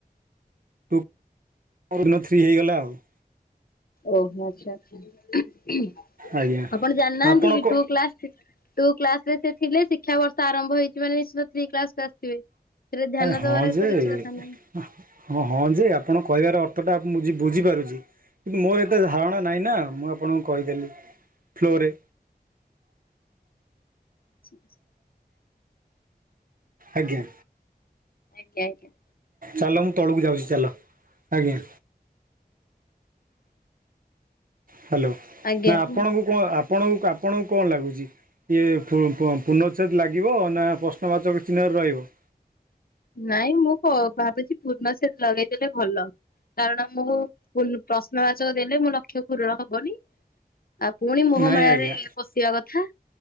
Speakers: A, on the right (about 55°); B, on the left (about 65°).
A: ଟୁ କୋଉଦିନ ଥ୍ରୀ ହେଇଗଲା ଆଉ।
B: ଓହୋ ଆଚ୍ଛା ଆଚ୍ଛା ଉଁ
A: ଆଜ୍ଞା
B: ଆପଣ ଜାଣି ନାହାଁନ୍ତି
A: ଆପଣ
B: କି
A: କ
B: ଟୁ କ୍ଲାସ ଟୁ କ୍ଲାସ ରେ ସେ ଥିଲେ ଶିକ୍ଷା ବର୍ଷ ଆରମ୍ଭ ହେଇଛି ମାନେ ନିଶ୍ଚିତ ଥ୍ରୀ କ୍ଲାସକୁୁ ଆସିଥିବେ। ସେଥିରେ ଧ୍ୟାନ
A: ହଁ
B: ଦବାର
A: ଯେ
B: ତ କିଛି କଥା ନାହିଁ।
A: ହଁ ହଁ ଯେ ଆପଣ କହିବାର ଅର୍ଥ ଟା ମୁଁ ବୁଝି ବୁଝିପାରୁଛି। କିନ୍ତୁ ମୋର ଏତେ ଧାରଣା ନାହିଁ ନା ମୁଁ ଆପଣଙ୍କୁ କହିଦେଲି ଫ୍ଲୋରେ।
B: <unintelligible>
A: ଆଜ୍ଞା।
B: ଆଜ୍ଞା ଆଜ୍ଞା।
A: ଚାଲ ମୁଁ ତଳକୁ ଯାଉଛି ଚାଲ ଆଜ୍ଞା। ହାଲୋ
B: ଆଜ୍ଞା
A: ନା ଆପଣଙ୍କୁ
B: କୁହନ୍ତୁ
A: କଣ ଆପଣଙ୍କୁ ଆପଣଙ୍କୁ କଣ ଲାଗୁଛି? ଇଏ ପୁ ପୁ ପୁନଚ୍ଛେଦ ଲାଗିବ ନା ପ୍ରଶ୍ନବାଚକ ଚିହ୍ନରେ ରହିବ?
B: ନାଇଁ ମୁଁ କ ଭାବୁଛି ପୂର୍ଣ୍ଣଛେଦ ଲଗେଇଦେଲେ ଭଲ। କାରଣ ମୁଁ ପୁନ ପ୍ରଶ୍ନବାଚକ ଦେଲେ ମୋ ଲକ୍ଷ୍ୟ ପୂରଣ ହବନି ଆଉ ପୁଣି ମୋହମାୟାରେ
A: ନାଇଁ ଆଜ୍ଞା
B: ପଶିବା କଥା।